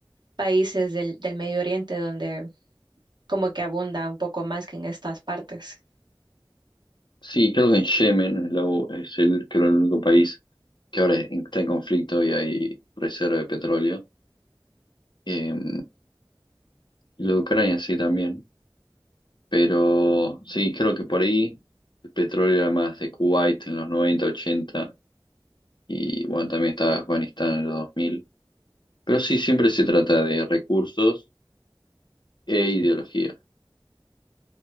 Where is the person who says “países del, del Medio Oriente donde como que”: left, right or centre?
Right